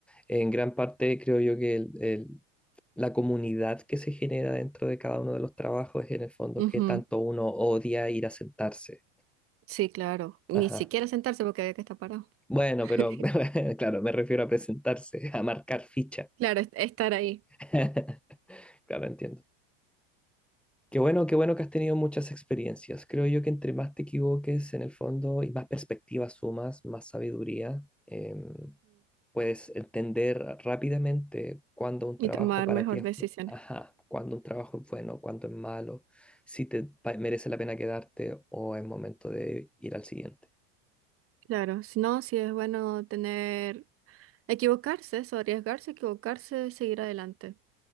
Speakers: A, in the centre; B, on the right.
A: En gran parte creo yo que el- el- la comunidad que se genera dentro de cada uno de los trabajos es en el fondo
B: Ujú,
A: que tanto uno odia ir a sentarse.
B: Sí, claro. Ni
A: Ajá.
B: siquiera sentarse porque había que estar parado.
A: Bueno,
B: <laughs>
A: pero <laughs> claro, me refiero a presentarse, a marcar ficha.
B: Claro, es- estar ahí.
A: <laughs> Claro, entiendo. Qué bueno, qué bueno que has tenido muchas experiencias. Creo yo que entre más te equivoques en el fondo y más perspectivas sumas, más sabiduría. em, Puedes entender rápidamente cuándo un
B: Y
A: trabajo
B: tomar
A: para
B: mejor
A: ti es,
B: decisiones.
A: bu- ajá, cuándo un trabajo es bueno, cuándo es malo, si te pa- merece la pena quedarte o es momento de ir al siguiente.
B: Claro, si no, si es bueno tener, equivocarse, eso, arriesgarse, equivocarse, seguir adelante.